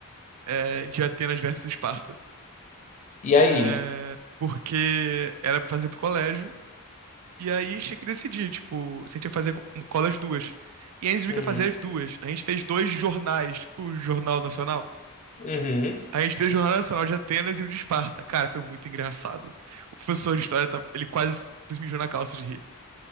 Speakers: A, on the right; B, on the left.
A: é, de Atenas versus Esparta.
B: E aí?
A: É, porque era pra fazer pro colégio. E aí a gente tinha que decidir, tipo, se a gente ia fazer co- um, qual das duas. E aí a gente viu
B: Uhum.
A: que ia fazer as duas. A gente fez dois jornais, tipo, o Jornal Nacional.
B: Uhum.
A: A gente fez o Jornal Nacional de Atenas e o de Esparta. Cara, foi muito engraçado. O professor de história, tava- ele quase se mijou na calça de rir